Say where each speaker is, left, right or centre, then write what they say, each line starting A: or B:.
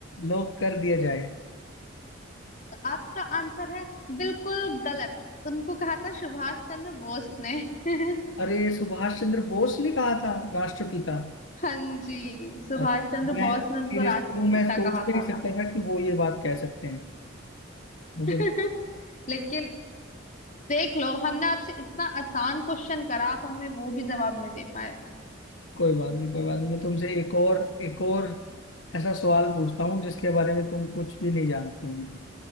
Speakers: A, on the left; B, on the left.
A: लॉक कर दिया जाए
B: तो आपका आंसर है बिल्कुल गलत उनको कहा था सुभाष चंद्र बोस ने <laughs>
A: अरे सुभाष चंद्र बोस ने कहा था राष्ट्रपिता
B: हाँ जी सुभाष
A: और
B: चंद्र
A: मैं
B: बोस ने उनको
A: सीरियसली
B: राष्ट्रपिता
A: हूँ मैं सोच
B: कहा
A: भी नहीं
B: था
A: सकता था कि वो ये बात कह सकते हैं मुझे
B: <laughs> लेकिन देख लो हमने आपसे इतना आसान क्वेश्चन करा आप हमें वो भी जवाब नहीं दे पाए
A: कोई बात नहीं कोई बात नहीं मैं तुमसे एक और एक और ऐसा सवाल पूछता हूँ जिसके बारे में तुम कुछ भी नहीं जानती होंगी